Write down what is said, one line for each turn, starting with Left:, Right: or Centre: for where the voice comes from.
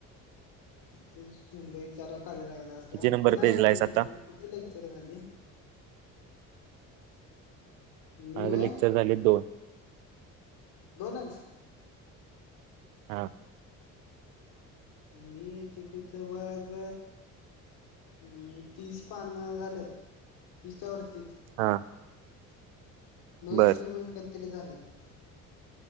Left: ते सुंद विचारा खाली लागला. काय
Right: किती नंबर
Left: कुणा
Right: पेज
Left: कुणाची
Right: ला आहेस आता
Left: लेक्चर किती लेक्चर झाली. मी
Right: आज
Left: व्हय
Right: लेक्चर झाले दोन
Left: दोनंच.
Right: हा.
Left: मी जी पी च बघ. हम् तीस पान झाल्यात तीसच्या वरतीच
Right: हा.
Left: नऊ
Right: बर
Left: एक्सपेरिमेंट काहीतरी झाल्यात.